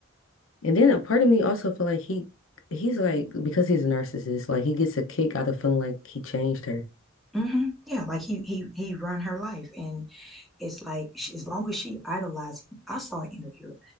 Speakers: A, on the left; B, in the centre.
A: And then a part of me also feel like he he's like because he's a narcissist, like he gets a kick out of feeling like he changed her.
B: mhm, yeah like he he he run her life and it's like she, as long as she idolized him i saw an interview